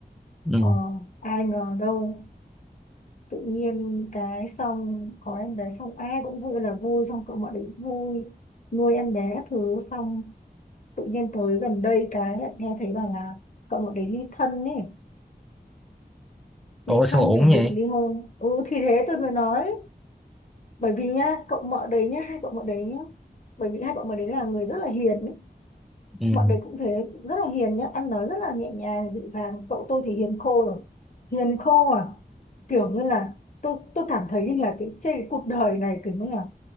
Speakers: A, in the centre; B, on the left.
A: ừ
B: ờ ai ngờ đâu tự nhiên cái xong có em bé xong ai cũng vui là vui xong cậu mọi đứa cũng vui nuôi em bé các thứ xong tự nhiên tới gần đây cái lại nghe thấy bảo là cậu mọi đứa ly thân ấy ly
A: ủa sao
B: thân
A: ổn
B: chuẩn
A: vậy
B: bị ly hôn ừ thì thế tôi mới nói bởi vì nhá cậu mợ đấy nhá hai cậu mợ đấy nhá bởi vì hai cậu mợ đấy là người rất là hiền ấy
A: ừ
B: mọi
A: ừ.
B: đấy cũng thế, rất là hiền nhá, ăn nói rất là nhẹ nhàng, dịu dàng. Cậu tôi thì hiền khô rồi. Hiền khô à? Kiểu như là tôi tôi cảm thấy như là cái trên cái cuộc đời này kiểu như là